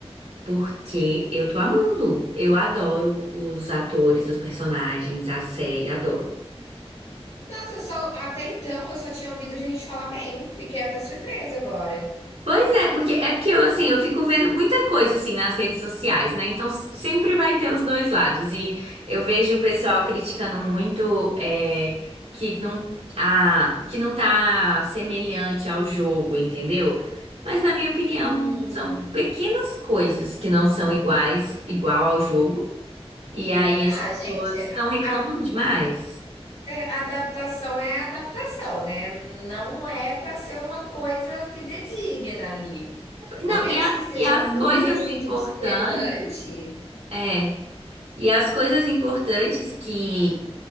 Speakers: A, on the right (about 75°); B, on the left (about 75°).
A: Porque eu tô amando. Eu adoro os atores, os personagens, a série, adoro.
B: Nossa, eu só, até então eu só tinha ouvido gente falar bem. Fiquei até surpresa agora.
A: Pois é, porque é porque eu assim, eu fico vendo muita coisa assim nas redes sociais, né? Então s- sempre vai ter os dois lados. E eu vejo o pessoal criticando muito é, que não a, que não tá semelhante ao jogo, entendeu? Mas na minha opinião,
B: Hum.
A: são pequenas coisas que não são iguais, igual ao jogo. E aí as
B: Ah, gente,
A: pessoas estão reclamando
B: a
A: demais.
B: É, a adaptação é a adaptação, né? Não é para ser uma coisa fidedigna ali.
A: Não,
B: A menos
A: e, a-
B: que esteja
A: e as
B: muito
A: coisas importantes,
B: discrepante.
A: é, e as coisas importantes que